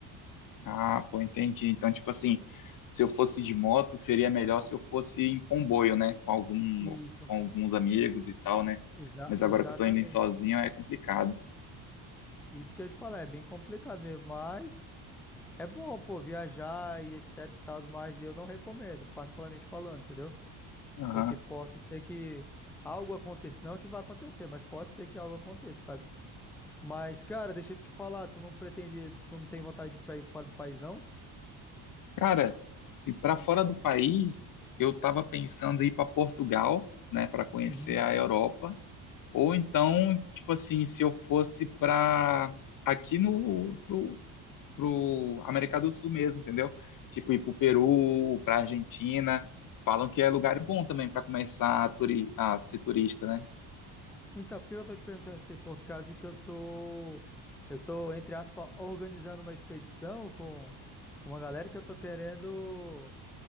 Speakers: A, on the left; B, in the centre.
A: Ah, pô, entendi. Então, tipo assim, se eu fosse de moto, seria melhor se eu fosse em comboio, né? Com algum,
B: Isso,
A: com alguns amigos e tal, né?
B: exa-
A: Mas
B: exatamente.
A: agora que eu tô indo em sozinho é complicado.
B: Isso que eu ia te falar, é bem complicado mesmo, mas é bom, pô, viajar e etc e tal, mas eu não recomendo, particularmente falando, entendeu?
A: Aham.
B: Porque possa ser que algo aconteça, não que vai acontecer, mas pode ser que algo aconteça, sabe? Mas, cara, deixa eu te falar, tu não pretende, tu não tem vontade de ir pra ir fora do país, não?
A: Cara, e para fora do país, eu tava pensando em ir para Portugal, né, para conhecer
B: Uhum,
A: a Europa, ou então, tipo assim, se eu fosse para aqui no pro América do Sul mesmo, entendeu? Tipo, ir pro Peru,
B: uhum.
A: pra Argentina. Falam que é lugar bom também para começar a, turi a ser turista, né?
B: Então, por que eu tô te perguntando isso Por causa que eu tô, eu tô, entre aspas, organizando uma expedição com, com uma galera que eu tô querendo.